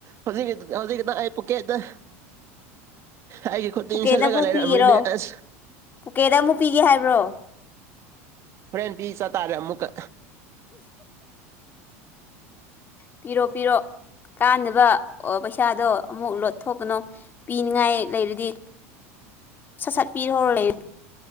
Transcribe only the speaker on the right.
ꯍꯧꯖꯤꯛ ꯍꯧꯖꯤꯛꯗ ꯑꯩꯄ ꯀꯦ ꯍꯥꯏꯗ ꯍꯥꯏꯦ ꯀꯠꯇ
ꯏꯁꯂꯒꯂ
ꯔꯃꯤꯅꯦꯁ
ꯐ꯭ꯔꯦꯟ ꯄꯤ ꯆ ꯇꯇꯥꯔꯦ ꯑꯃꯨꯛꯀ